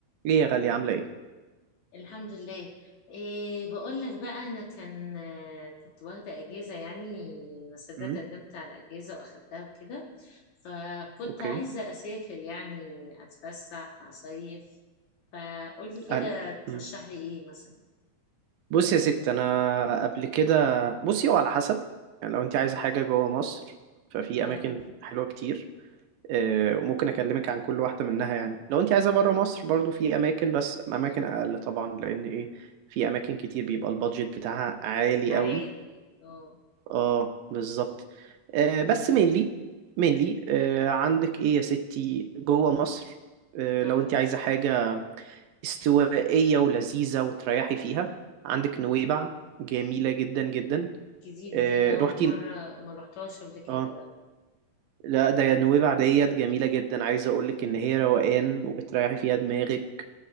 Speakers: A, on the right; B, on the left.
A: ايه يا غالية عاملة ايه؟
B: الحمد لله إيه بقول لك بقى انا كان آه، كنت واخده اجازه يعني ما صدقت
A: امم
B: قدمت على اجازه واخدتها وكده فكنت
A: اوكي
B: عايزه اسافر يعني اتفسح اصيف فقولي كده
A: أنا
B: ترشح
A: امم
B: لي ايه مثلا
A: بص يا ست انا قبل كده بصي هو على حسب يعني لو انت عايزة حاجة جوه مصر ففي
B: اه
A: اماكن حلوة كتير آه، وممكن اكلمك عن كل واحدة منها يعني لو انت عايزة بره مصر برضو في اماكن بس اماكن اقل طبعا لان ايه في اماكن كتير بيبقى البادجت بتاعها عالي
B: عادي
A: قوي
B: اه
A: اه بالظبط آه، بس مينلي مينلي عندك ايه يا ستي جوه مصر آه،
B: اه
A: لو انت عايزة حاجة استوائية ولذيذة وتريحي فيها عندك نويبع جميلة جدا جدا
B: جديده
A: آه،
B: دي انا اول
A: روحتي
B: مره ما رحتهاش قبل كده
A: اه
B: لا
A: لا ده نويبع ديت جميلة جدا عايزة اقولك ان هي روقان وبتريحي فيها دماغك